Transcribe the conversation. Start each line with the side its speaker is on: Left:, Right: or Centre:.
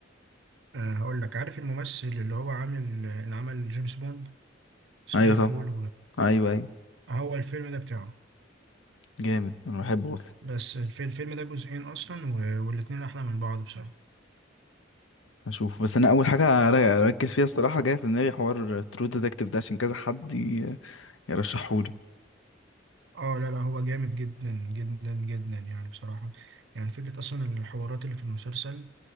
Right: أه هقول لك عارف الممثل اللي هو عامل اللي عمل جيمس بوند سكاي
Left: ايوه طبعا
Right: فول
Left: ايوه ايوه
Right: وهو الفيلم ده بتاعه
Left: جامد انا بحبه اصلا
Right: بس الف- الفيلم ده جزئين اصلا و- والاتنين احلى من بعض بصراحة
Left: اشوف بس انا اول حاجه أر- اركز فيها الصراحه جايه في دماغي حوار ترو ديتكتيف ده عشان كذا حد ي- يرشحهولي
Right: اه لا لا هو جامد جدا جدا جدا يعني بصراحة يعني فكرة اصلا الحوارات اللي في المسلسل